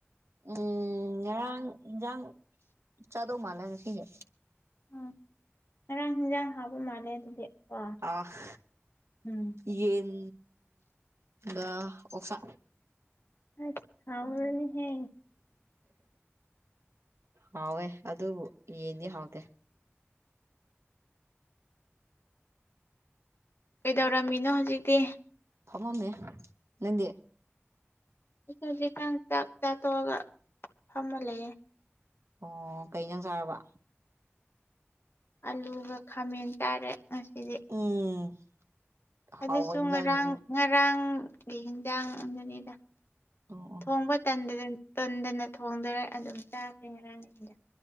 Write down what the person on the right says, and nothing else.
ꯎꯝ ꯉꯔꯥꯡ ꯏꯟꯖꯥꯡ ꯆꯥꯗꯧ ꯃꯥꯜꯂꯦ ꯉꯁꯤꯗꯤ
ꯑꯥꯎ
ꯌꯦꯟ ꯒ ꯑꯣꯛꯁꯥ
ꯍꯥꯎꯋꯦ ꯑꯗꯨꯕꯨ ꯌꯦꯟꯗꯤ ꯍꯥꯎꯇꯦ
ꯐꯝꯃꯝꯃꯦ ꯅꯪꯗꯤ
ꯑꯣ ꯀꯩ ꯖꯥꯡ ꯆꯥꯔꯕ
ꯎꯝ ꯍꯥꯎꯕ
ꯏꯟꯖꯥꯡꯅꯤꯅꯦ
ꯑꯣ ꯑꯣ